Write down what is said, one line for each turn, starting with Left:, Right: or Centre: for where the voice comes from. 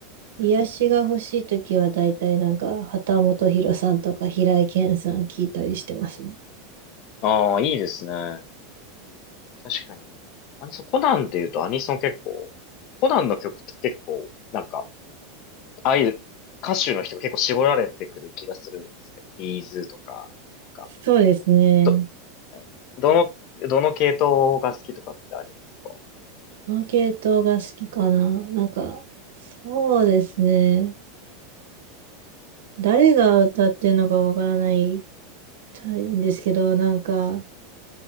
Right: 癒しが欲しいときは大体なんか、
Left: うんうんうん
Right: 畑本博さんとか平井堅さん聴いたりしてますね。
Left: ああ、いいですね。確かに。あの、そうコナンで言うとアニソン結構、コナンの曲って結構、なんか、ああいう歌手の人が結構絞られてくる気がするんですけど、ビーズとか、なんか、
Right: そうですね。
Left: ど、どの、どの系統が好きとかってありますか
Right: この系統が好きかな。なんか、そうですね。誰が歌ってるのかわからないたいんですけど、なんか、